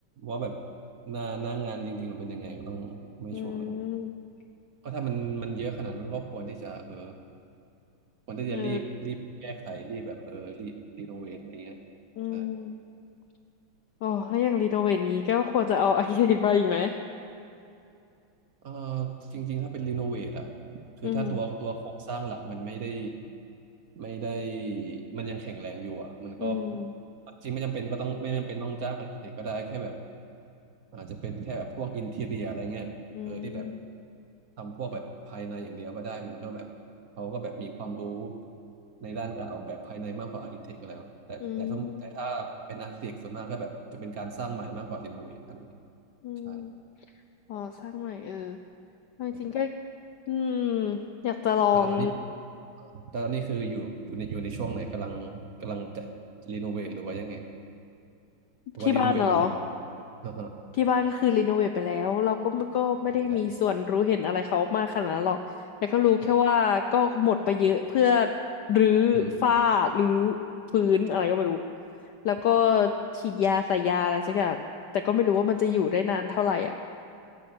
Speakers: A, on the right (about 50°); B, on the left (about 70°).
A: ว่าแบบหน้าหน้างานจริงๆมันเป็นยังไงก็ต้องไม่ชัวร์เหมือนกัน
B: อืม
A: ก็ถ้ามันมันเยอะขนาดนั้นก็ควรที่จะเออ ควรที่จะรีบรีบแก้ไขรีบแบบเออรีรีโนเวทอะไรเงี้ยใช่
B: เอออืมโอ้แล้วอย่างรีโนเวทงี้ก็ควรจะเอา <laughs> ไอเด็กมาอีกไหม
A: เออจริงๆถ้าเป็นรีโนเวทอ่ะคือถ้าตัวตัวโครงสร้างหลักมันไม่ได้
B: อืม
A: ไม่ได้มันยังแข็งแรงอยู่อ่ะมันก็
B: อืม
A: จริงไม่จำเป็นก็ต้องไม่จำเป็นต้องจ้างอาร์เคเต็กก็ได้แค่แบบ อาจจะเป็นแค่แบบพวกอินทีเรียอะไรเงี้ยเออที่แบบ
B: อืม
A: ทำพวกแบบภายในอย่างเดียวก็ได้มันก็แบบเขาก็แบบมีความรู้ในด้านการออกแบบภายในมากกว่าอาร์คิเทคอะไรแบบแต่แต่สมมุติแต่ถ้าเป็นอาร์คิเทคส่วนมากก็แบบจะเป็นการสร้างใหม่มากกว่ารีโนเวทอะไรเงี้ย
B: อืม อืม
A: ใช่
B: อ๋อสร้างใหม่เออเอาจริงๆก็
A: อืม
B: อืมอยากจะลอง
A: อ่ะแล้วตอนนี้แต่ตอนนี้คืออยู่อยู่ในอยู่ในช่วงไหนกำลังกำลังจะรีโนเวทหรือว่ายังไงหรือว่ารีโนเวทไปแล้ว
B: ที่บ้านน่ะเหรอ
A: อ่าฮะ
B: ที่บ้านก็คือรีโนเวทไปแล้วเราก็ก็ไม่ได้มีส่วนรู้เห็นอะไรเขามากขนาดนั้นหรอกแต่ก็รู้แค่ว่าก็หมดไปเยอะเพื่อ
A: แล้วอ๋อ
B: รื้อฝ้ารื้อ
A: อืม
B: พื้นอะไรก็ไม่รู้แล้วก็
A: อืม
B: ฉีดยาใส่ยาอะไรสักอย่างแต่ก็ไม่รู้ว่ามันจะอยู่ได้นานเท่าไหร่อ่ะ